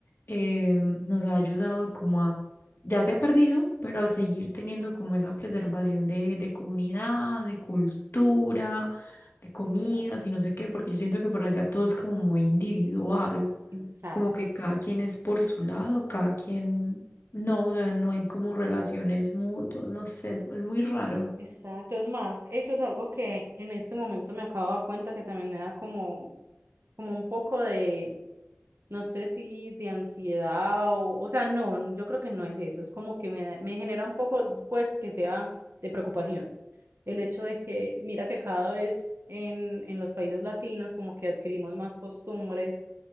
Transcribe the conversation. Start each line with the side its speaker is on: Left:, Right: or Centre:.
Left: eh, nos ha ayudado como a, ya se ha perdido, pero a seguir teniendo como esa preservación de, de comunidad, de cultura de comidas
Right: Exacto.
Left: y no sé qué, porque yo siento que por allá todo es como muy individual,
Right: Exacto.
Left: como que cada quien es por su lado, cada quien, no, o sea, no hay como relaciones mutuas, no sé, es muy raro.
Right: Exacto, es más, eso es algo que en este momento me acabo de dar cuenta que también me da como, como un poco de, no sé si de ansiedad o, o sea, no, yo creo que no es eso, es como que me, da- me genera un poco, pues, que sea de preocupación. El hecho de que, mira que cada vez en, en los países latinos como que adquirimos más costumbres